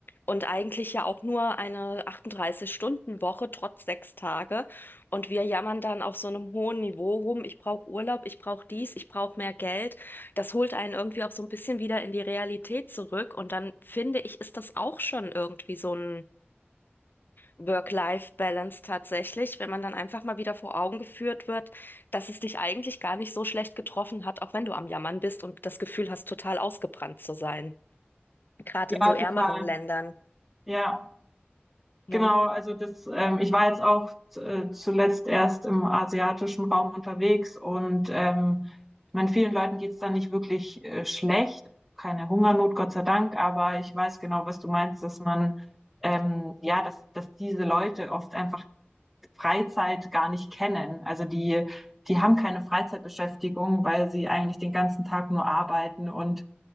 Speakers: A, on the left; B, in the centre.
A: Und eigentlich ja auch nur eine achtunddreißig stunden woche trotz sechs Tage. Und wir jammern dann auf so einem hohen Niveau rum, ich brauche Urlaub, ich brauche dies, ich brauche mehr Geld. Das holt einen irgendwie auch so ein bisschen wieder in die Realität zurück. Und dann finde ich, ist das auch schon irgendwie so ein Work-Life-Balance tatsächlich, wenn man dann einfach mal wieder vor Augen geführt wird, dass es dich eigentlich gar nicht so schlecht getroffen hat, auch wenn du am Jammern bist und das Gefühl hast, total ausgebrannt zu sein. Gerade
B: ja,
A: in so
B: total.
A: ärmeren Ländern.
B: Ja.
A: Ne?
B: Genau, also das, ähm, ich war jetzt auch äh, zuletzt erst im asiatischen Raum unterwegs und ähm, ich meine, vielen Leuten geht's da nicht wirklich äh, schlecht, keine Hungernot, Gott sei Dank, aber ich weiß genau, was du meinst, dass man, ähm, ja, dass, dass diese Leute oft einfach Freizeit gar nicht kennen. Also die, die haben keine Freizeitbeschäftigung, weil sie eigentlich den ganzen Tag nur arbeiten und